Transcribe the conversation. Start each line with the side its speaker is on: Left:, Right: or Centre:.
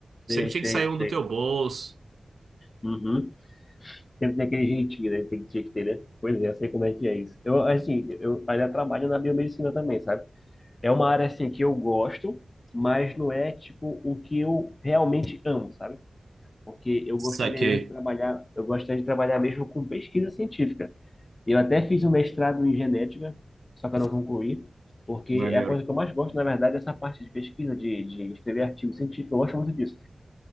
Right: Sempre
Left: sei,
Right: tinha
Left: sei,
Right: que sair um
Left: sei.
Right: do teu bolso.
Left: Uhum. Sempre tem aquele jeitinho, né? Tem que tinha que ter, né? Pois é, eu sei como é que é isso. Eu, assim, eu ainda trabalho na biomedicina também, sabe? É uma área assim que eu gosto, mas não é tipo o que eu realmente amo, sabe? Porque eu
Right: Saquei.
Left: gostaria mesmo de trabalhar, eu gostaria de trabalhar mesmo com pesquisa científica. Eu até fiz um mestrado em genética, só que eu não concluí, porque
Right: Maneiro.
Left: é a coisa que eu mais gosto, na verdade, é essa parte de pesquisa, de, de escrever artigo científico, eu gosto muito disso.